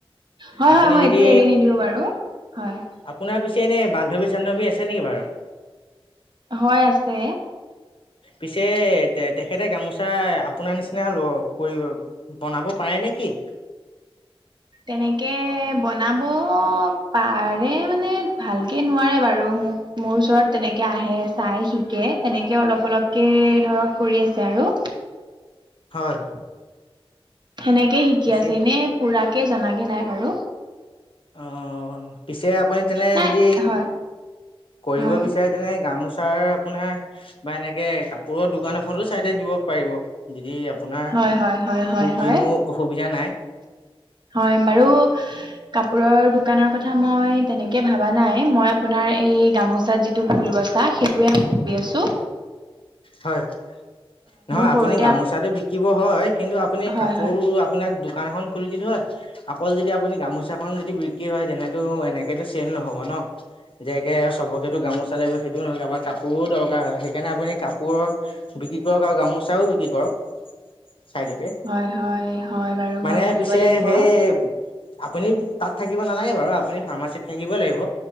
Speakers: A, on the right (about 50°); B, on the left (about 65°).
A: হয়
B: আপুনি
A: হয় মই
B: যদি
A: এইটো এৰি নিদিওঁ বাৰু হয়
B: আপোনাৰ পি ছে এনেই বান্ধৱী চান্ধৱী আছে নেকি বাৰু?
A: হয় আছে।
B: পিছে তেখেতে গামোচা আপোনাৰ নিচিনা ল কৰিব বনাব পাৰে নেকি? <inaudible>
A: তেনেকে বনাব পাৰে মানে ভালকে নোৱাৰে বাৰু মোৰ মোৰ ওচৰত তেনেকে আহে চাই শিকে তেনেকে অলপ অলপকে ধৰক কৰি আছে আৰু।
B: হয়।
A: সেনেকেই শিকি
B: পিছে
A: আছে এনে পুৰাকে জনাগে নাই বাৰু।
B: অ পিছে আপুনি তেনে
A: নাই
B: যদি
A: হয়
B: কৰিব
A: হয়
B: বিচাৰে তেনে গামোচ তাৰ আপোনাৰ বা এনেকে কাপোৰৰ দোকান এখনো চাইডে দিব পাৰিব যদি আপোনা
A: হয় হয় হয় হয় হয় হয়
B: কিনো অসুবিধা নাই
A: হয় বাৰু কাপোৰৰ দোকানৰ কথা মই তেনেকে ভাবা নাই মই আপোনাৰ এই গামোচাত যিটো ফুল বছা সেইটোৱে ভাবি আছোঁ।
B: হয়, নহয়
A: সৰুতে
B: আপুনি গামোচাতটো
A: আপ
B: বিকিব হয়। কিন্তু, আপুনি
A: হয়
B: কাপোৰ
A: হয়
B: আপোনাক দোকান এখন খুলি দিলোঁ হয় আকৌ যদি আপুনি গামোচাখন যদি বিক্ৰী হয়। তেনেতটো এনেকেতটো চেল নহ'ব ন। ন যেকে চবকেতো গামোচা লাগিব। সেইটোও নহয় বা কাপোৰো দৰকাৰ হয়। সেইকাৰণে আপুনি কাপোৰ কাপোৰৰ বিক্ৰী কৰক আৰু গামোচাও বিক্ৰী কৰক। চাইদতে
A: হয় হয় হয় বাৰু
B: মানে
A: মই ভাবিব
B: পিছে
A: লাগিব
B: সেই। আপুনি তাত থাকিব নালাগে বাৰু আপুনি ফাৰ্মাচীত থাকিবই লাগিব।